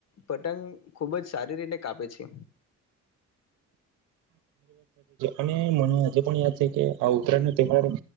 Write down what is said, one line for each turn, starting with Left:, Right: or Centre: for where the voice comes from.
Left: પતંગ ખૂબ જ સારી રીતે કાપે છે.
Right: અને મને આજે પણ યાદ છે કે આ ઉત્તરાયણનો તહેવાર